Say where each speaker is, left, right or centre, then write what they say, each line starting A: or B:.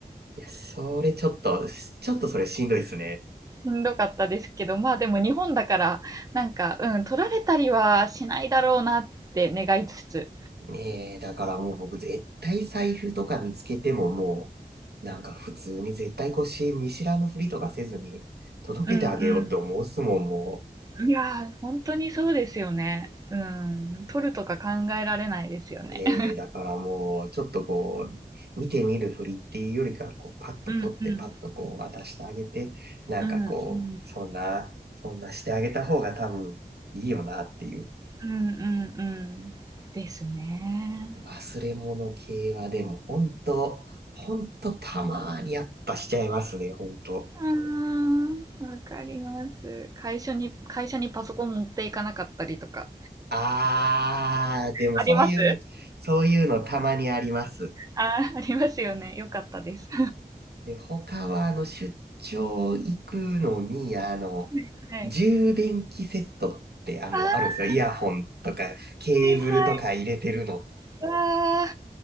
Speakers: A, on the right (about 80°); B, on the right (about 20°).
A: いや、それちょっと、ちょっとそれしんどいっすね。
B: しんどかったですけど、まあでも日本だから、なんか、うん、取られたりはしないだろうなって願いつつ。
A: ねえ、だからもう僕絶対財布とか見つけてももう、なんか普通に絶対腰見知らぬふりとかせずに届けてあげようって思うっすもん、
B: うん
A: もう。
B: うん。いやー、本当にそうですよね。うん、取るとか考えられないですよね。
A: ねえ、
B: <laughs>
A: だからもう、ちょっとこう、見てみるふりっていうよりかは、こう、パッと取って、
B: うんうん。
A: パッとこう、渡してあげて、なんかこう、
B: うんうん。
A: そんな、そんなしてあげた方が多分いいよなっていう。
B: うんうんうん。ですね。
A: 忘れ物系はでも、本当本当たまーにやっぱしちゃいますね、本当
B: うーん、わかります。会社に、会社にパソコン持っていかなかったりとか。
A: あー、でもそういう、
B: あります
A: そういうのたまにあります。
B: あー、ありますよね。よかったです。
A: で、他は、あの、出張行くのに、あの、
B: <laughs> はい。
A: 充電器セットって、あの、
B: あー、は
A: あるんですよ。イヤホンとか、ケーブルとか入れてるの。
B: いはい。わー。